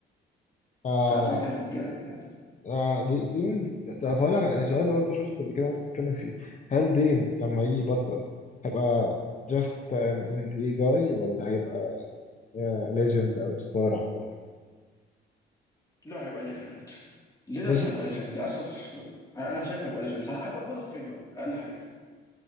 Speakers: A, on the left; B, on the left.
A: اه,
B: فده جامد جامد جامد
A: آه دي ديم طب هقول لك سؤال برضه شفت قبل كده ناس بتتكلم فيه هل ديم لما يجي يبطل هيبقى just an NBA guy ولا هيبقى يا ليجند او ستار على الاقل
B: لا هيبقى ليجند ليلارد
A: ليجند
B: هيبقى ليجند للاسف انا شايف هيبقى ليجند هيبقى هول اوف فيمر اقل حاجه